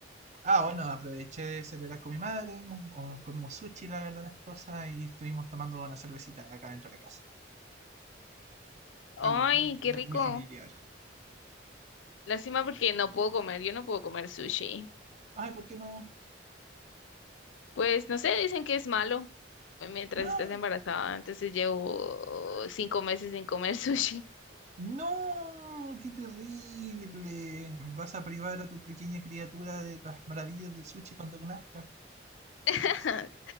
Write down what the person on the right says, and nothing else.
Ah, bueno, aproveché de celebrar con mi madre, o- o comimos sushi, la verdad, las cosas, y estuvimos tomando una cervecita acá dentro de la casa.
algo muy,
muy,
muy familiar.
Ay, ¿por qué no?
¡Ah!
¡No! ¡Qué terrible! Vas a privar a tu pequeña criatura de las maravillas del sushi cuando nazca. Santo
cielo.